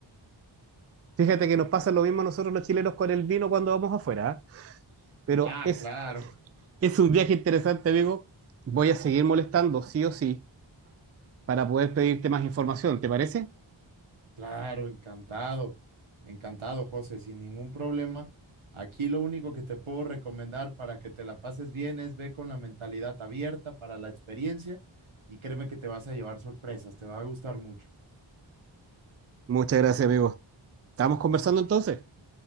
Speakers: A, on the right; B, on the right.
A: Fíjate que nos pasa lo mismo a nosotros los chilenos con el vino cuando vamos afuera, ¿ah? Pero
B: Ah,
A: es,
B: claro.
A: es un viaje interesante, amigo. Voy a seguir molestando, sí o sí, para poder pedirte más información, ¿te parece?
B: Claro, encantado, encantado, José, sin ningún problema. Aquí lo único que te puedo recomendar para que te la pases bien es ve con la mentalidad abierta para la experiencia y créeme que te vas a llevar sorpresas, te va a gustar mucho.
A: Muchas gracias, amigo. Estamos conversando entonces.